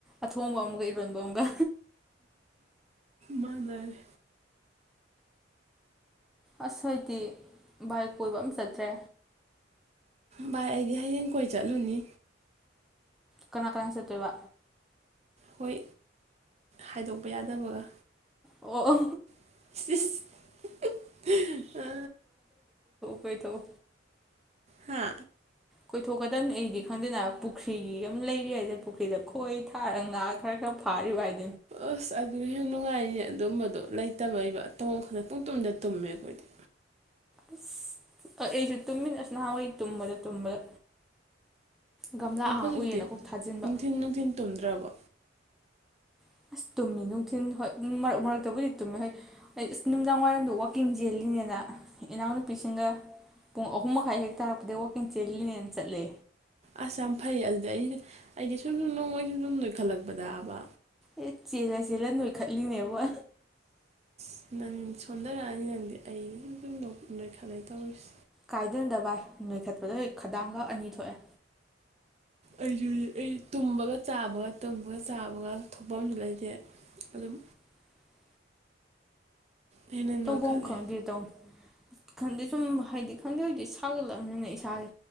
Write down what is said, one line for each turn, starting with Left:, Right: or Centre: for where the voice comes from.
Centre: ꯑꯊꯣꯡꯕ ꯑꯃꯒ ꯏꯔꯣꯟꯕ ꯑꯃꯒ
Right: ꯃꯟꯅꯔꯦ
Centre: ꯑꯁ ꯍꯥꯏꯗꯤ ꯕꯥꯏ ꯀꯣꯏꯕ ꯑꯃ ꯆꯠꯇ꯭ꯔꯦ
Right: ꯚꯥꯏ ꯑꯩꯗꯤ ꯍꯌꯦꯡ ꯀꯣꯏ ꯆꯠꯂꯨꯅꯤ
Centre: ꯀꯅꯥ ꯀꯅꯥ ꯆꯠꯇꯣꯏꯕ
Right: ꯍꯣꯏ ꯍꯥꯏꯗꯣꯛꯄ ꯌꯥꯗꯕꯒ
Centre: ꯑꯣ ꯑꯣ
Right: <inaudible> ꯑ
Centre: ꯑꯣꯏꯊꯣꯛꯊꯧ
Right: ꯍꯥ
Centre: ꯀꯣꯏꯊꯣꯛꯀꯗꯝꯕꯅꯤ ꯑꯩꯗꯤ ꯈꯪꯗꯦꯅ ꯄꯨꯈ꯭ꯔꯤ ꯑꯃ ꯂꯩꯔꯤ ꯍꯥꯏꯁꯦ ꯄꯨꯈ꯭ꯔꯤꯗ ꯈꯣꯏ ꯊꯥꯔꯒ ꯉꯥ ꯈꯔ ꯈꯔ ꯐꯔꯤꯕꯥ ꯍꯥꯢꯗꯨꯅꯦ
Right: ꯑꯁ ꯑꯗ꯭ꯔꯍꯤ ꯅꯨꯡꯉꯥꯏꯔꯤꯅꯦ ꯑꯗꯨꯝꯕꯗꯣ ꯂꯩꯇꯕꯩꯕ ꯇꯧ ꯈꯗ ꯄꯨꯡ ꯇꯨꯝꯗ ꯇꯨꯝꯃꯦ ꯑꯩꯈꯣꯏꯗꯤ
Centre: ꯑꯁ ꯑꯩ ꯑꯩꯁꯨ ꯇꯨꯝꯃꯤꯅꯦ ꯅꯍꯥꯟꯋꯥꯏ ꯇꯨꯝꯕꯗ ꯇꯨꯝꯕꯗ ꯒꯝꯂꯥ
Right: ꯅꯪ
Centre: ꯑꯍꯥ
Right: ꯍꯧꯖꯤꯛꯇꯤ
Centre: ꯎꯏꯌꯦꯅ ꯀꯣꯛ ꯊꯥꯖꯤꯟꯕ
Right: ꯅꯨꯡꯊꯤꯟ ꯅꯨꯡꯊꯤꯟ ꯇꯨꯝꯗ꯭ꯔꯕꯣ
Centre: <inaudible> ꯇꯨꯝꯃꯤ ꯅꯨꯡꯊꯤꯟ ꯍꯣꯏ ꯃꯔꯛ ꯃꯔꯛꯇꯕꯨꯗꯤ ꯇꯨꯝꯃꯤ ꯍꯣꯏ ꯑꯩ ꯑꯁ ꯅꯨꯡꯗꯥꯡ ꯋꯥꯏꯔꯝꯗ ꯋꯥꯛꯀꯤꯡ ꯆꯦꯜꯂꯤꯅꯤꯅ ꯏꯅꯥꯎꯅꯨꯄꯤꯁꯤꯡꯒ ꯄꯨꯡ ꯑꯍꯨꯝ ꯃꯈꯥꯏ ꯍꯦꯛ ꯇꯥꯔꯛꯄꯗꯩ ꯋꯥꯛꯀꯤꯡ ꯆꯦꯜꯂꯤꯅꯦꯅ ꯆꯠꯂꯦ
Right: ꯑꯁ ꯌꯥꯝ ꯐꯩ ꯑꯗꯨꯗꯤ ꯑꯩ ꯑꯩꯗꯤ ꯁꯨꯝ ꯁꯨꯝ ꯅꯣꯡꯃ ꯑꯩ ꯁꯨꯝ ꯁꯨꯝ ꯅꯣꯏꯈꯠꯂꯛꯄꯗꯕ
Centre: ꯑꯦ ꯆꯦꯜꯂ ꯆꯦꯜꯂ ꯅꯣꯏꯈꯠꯂꯤꯅꯦꯕ
Right: ꯑꯁ ꯅꯪ ꯁꯣꯟꯊꯔꯛꯑꯅꯤ ꯅꯪꯗꯤ ꯑꯩꯗꯤ ꯁ ꯅꯣꯛ ꯎꯅꯣꯏ ꯈꯜꯂꯦ ꯇꯧꯔꯤꯁꯦ
Centre: ꯀꯥꯏꯗꯩꯅꯣꯗ ꯚꯥꯏ ꯅꯣꯏꯈꯠꯄꯗꯣ ꯍꯣꯏ ꯈꯗꯥꯡꯈ ꯑꯅꯤ ꯊꯣꯛꯑꯦ
Right: ꯑꯩꯁꯨ ꯑꯩ ꯇꯨꯝꯕꯒ ꯆꯥꯕꯒ ꯇꯨꯝꯕꯒ ꯆꯥꯕꯒ ꯊꯣꯛꯐꯝꯁꯨ ꯂꯩꯇꯦ
Centre: <inaudible>
Right: ꯑꯗꯨꯝ ꯍꯦꯟꯅ
Centre: ꯇꯧꯕꯝ
Right: ꯅꯣꯏꯈꯠꯂꯦ
Centre: ꯈꯪꯗꯦ ꯇꯧꯟ ꯈꯪꯗꯦ ꯁꯨꯝ ꯍꯥꯏꯗꯤ ꯈꯪꯗꯦ ꯍꯧꯗꯤ ꯁꯥꯒꯠꯂꯝꯅꯤꯅ ꯏꯁꯥꯁꯦ